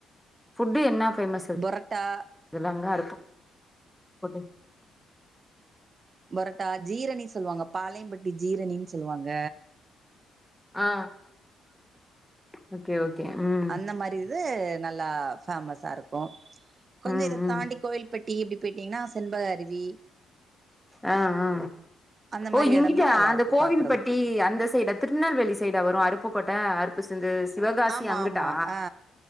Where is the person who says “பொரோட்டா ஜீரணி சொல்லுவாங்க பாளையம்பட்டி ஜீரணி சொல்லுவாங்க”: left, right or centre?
Right